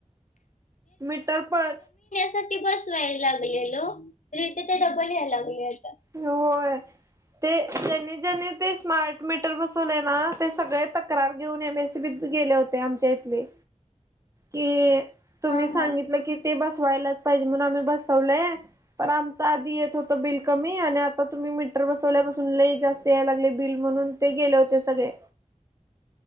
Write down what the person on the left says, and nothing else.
बस वयला लागलेल तर इथे तर डबल यायला लागले होत.
हा
हा